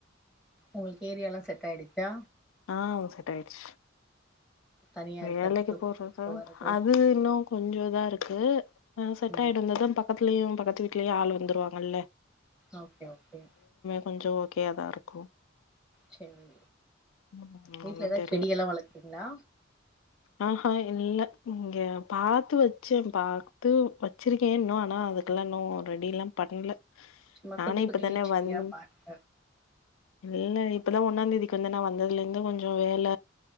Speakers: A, in the centre; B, on the left.
A: உங்கள்க் ஏரியாலா செட் ஆயிடுச்சா
B: ஆ செட் அய்ட்ச்
A: தனியா
B: வேலைக்கு
A: இருக்கறதுக்கு போறதுக்கு
B: போறது
A: வர்றது
B: அது இன்னோ கொஞ்சோ தா இருக் கு ஆ செட்
A: ம்
B: அய்டோ இந்ததா பக்கத் வீட்லயு பக்கத்து வீட்லயு ஆள் வந்துருவாங்கல்ல
A: ஓகே ஓகே
B: கொஞ்சொ ஓகேயாதா இருக்கு
A: சேரி
B: ம்
A: வீட்ல
B: ஒன்னு
A: எதா
B: தெர்ல
A: செடியெல்லா வளத் ங்ளா
B: ஆஹா இல்ல இங்க பாத்து வச்சே பாத்து வச்சிருக்கே இன்னு ஆனா அதுக்குல்லா இன்னு ரெடில்லா பண்ல
A: சும்மா
B: நானே
A: குட்டிக் குட்டி
B: இப்பதானே
A: செடியா
B: வந்
A: பாத்த
B: இல்ல இப்பதா ஒன்னாந்தேதிக்கு வந்தனா வந்ததுலேந்து கொஞ்சொ வேல